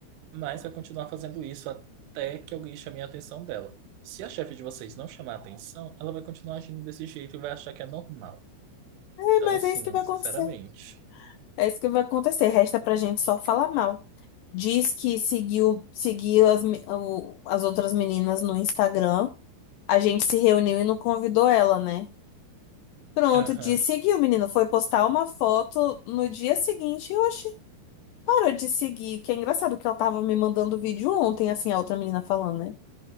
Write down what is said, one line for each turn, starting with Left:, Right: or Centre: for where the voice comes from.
Right: mas vai continuar fazendo isso até que alguém chame a atenção dela. Se a chefe de vocês não chamar a atenção, ela vai continuar agindo desse jeito e vai achar que é normal.
Left: É,
Right: Então,
Left: mas
Right: assim,
Left: é isso que vai
Right: sinceramente.
Left: acontecer. É isso que vai acontecer. Resta pra gente só falar mal. Diz que seguiu, seguiu as, me- o- as outras meninas no Instagram. A gente se reuniu e não convidou ela, né? Pronto,
Right: Aham,
Left: disse seguiu, menino. Foi postar uma foto no dia seguinte. Oxi. parou de seguir, que é engraçado que ela tava me mandando vídeo ontem, assim, a outra menina falando, né?